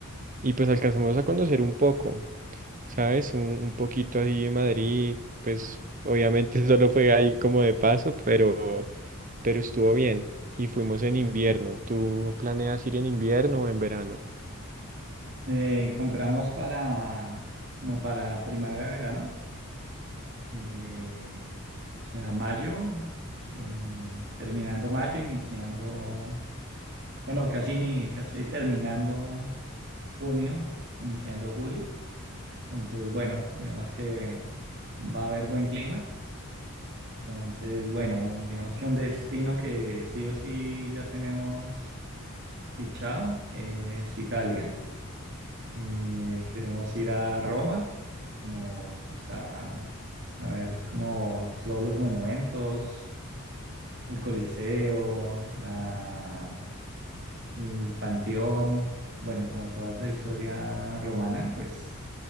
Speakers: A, on the right; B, on the right.
A: y pues alcanzamos a conocer un poco, ¿sabes? Un, un poquito así de Madrid, pues obviamente <laughs> solo fue ahí como de paso, pero, pero estuvo bien. Y fuimos en invierno. ¿Tú planeas ir en invierno o en verano?
B: Eh, compramos para, como para primavera, verano. eh, o mayo, eh, terminando mayo, iniciando, bueno, casi, ni, casi terminando junio, iniciando julio. Entonces, bueno, digamos que va a haber buen clima. Entonces, bueno, digamos que un destino que sí o sí ya tenemos fichado eh, es Italia. Eh, queremos ir a Roma, como pues, a, a ver como todos los monumentos, el Coliseo, la, el Panteón, bueno, como toda esa historia romana, pues